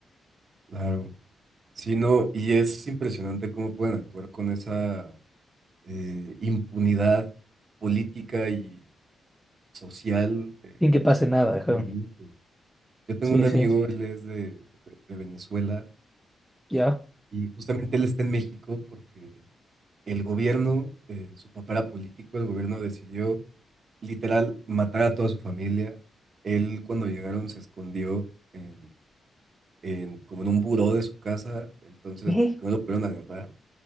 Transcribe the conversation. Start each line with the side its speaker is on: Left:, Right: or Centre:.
Right: claro. Sí, no, y es impresionante cómo pueden actuar con esa eh, impunidad política y social eh,
Centre: Sin que
Right: los,
Centre: pase nada,
Right: los
Centre: ajá.
Right: gobernantes. Yo tengo
Centre: Sí,
Right: un
Centre: sí,
Right: amigo, él es de, de- de Venezuela
Centre: ya.
Right: y justamente él está en México porque el gobierno, eh, su papá era político, el gobierno decidió literal matar a toda su familia. Él cuando llegaron se escondió en, en- como en un buró de su casa, entonces
Centre: ¿Qué?
Right: como que no lo pudieron agarrar,